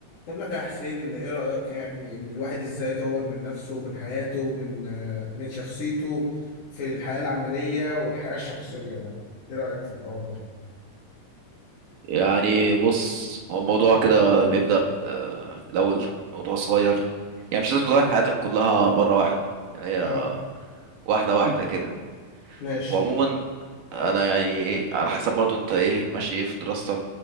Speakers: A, on the left; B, on the right.
A: بقول لك يا حسين ايه رأيك يعني ان الواحد ازاي يطور من نفسه من حياته من آه، من شخصيته في الحياة العملية والحياة الشخصية يعني ايه رأيك في الحوار ده
B: يعني بص هو الموضوع كده بيبدأ آه، في الأول موضوع صغير يعني مش لازم تغير حياتك كلها مرة واحدة يعني هي
A: اه
B: واحدة واحدة كده
A: ماشي
B: وعموما أنا يعني إيه، على حسب برضو أنت إيه ماشي إيه في دراستك